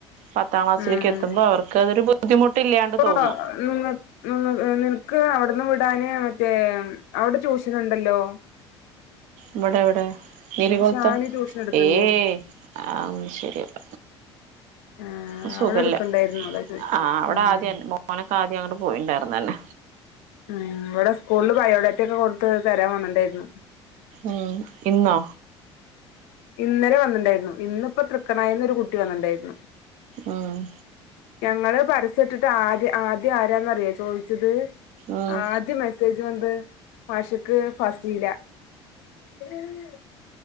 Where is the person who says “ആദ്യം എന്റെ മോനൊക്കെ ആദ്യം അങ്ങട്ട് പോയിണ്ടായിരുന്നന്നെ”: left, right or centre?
Right